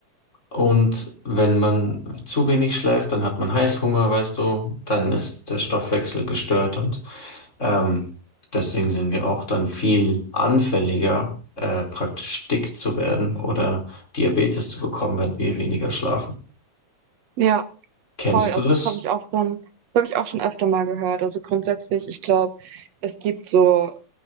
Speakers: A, on the left; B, on the right.
A: und wenn man zu wenig schläft, dann hat man Heißhunger, weißt du, dann ist der Stoffwechsel gestört und ähm, deswegen sind wir auch dann viel anfälliger, äh, praktisch dick zu werden oder Diabetes zu bekommen, wenn wir weniger schlafen.
B: Ja,
A: Kennst
B: voll. Also
A: du das?
B: das habe ich auch schon, das habe ich auch schon öfter mal gehört. Also grundsätzlich, ich glaube, es gibt so